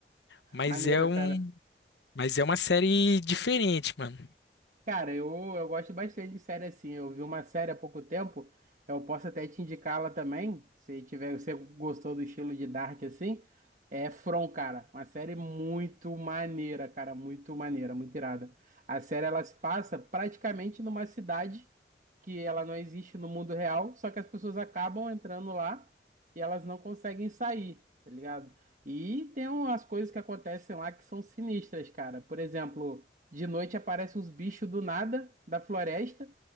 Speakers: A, on the left (about 75°); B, on the right (about 45°).
A: Mas
B: Maneiro,
A: é um,
B: cara.
A: mas é uma série diferente, mano.
B: Cara, eu, eu gosto bastante de série assim. Eu vi uma série há pouco tempo, eu posso até te indicá-la também, se tiver, você gostou do estilo de Dark assim. É From, cara, uma série muito maneira, cara, muito maneira, muito irada. A série ela se passa praticamente numa cidade que ela não existe no mundo real, só que as pessoas acabam entrando lá e elas não conseguem sair, tá ligado? E tem umas coisas que acontecem lá que são sinistras, cara. Por exemplo, de noite aparecem uns bichos do nada, da floresta,